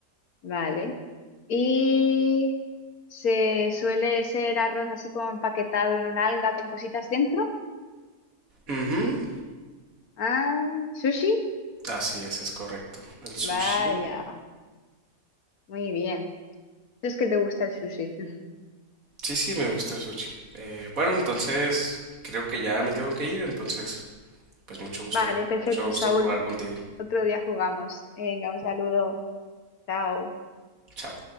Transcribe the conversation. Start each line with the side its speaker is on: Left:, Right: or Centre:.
Left: Vale. Y se suele ser arroz así como empaquetado en un alga con cositas dentro.
Right: Ujú,
Left: Ah, sushi.
Right: Así es, es correcto. El sushi.
Left: Vaya. Muy bien. Si Es que te gusta el sushi. <laughs>
Right: Sí, sí, me gusta el sushi. Eh, bueno, entonces creo que ya me tengo que ir, entonces pues mucho gusto,
Left: Vale, perfecto,
Right: mucho gusto
Left: Saúl.
Right: jugar contigo.
Left: Otro día jugamos. Venga, un saludo. Chao.
Right: Chao.